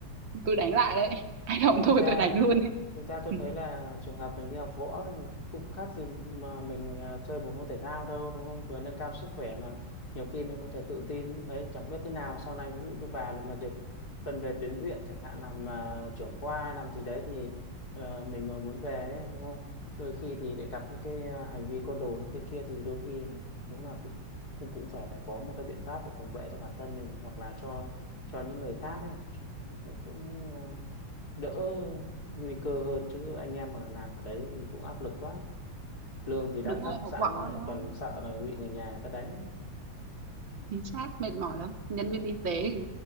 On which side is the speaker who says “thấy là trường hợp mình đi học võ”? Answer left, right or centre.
Left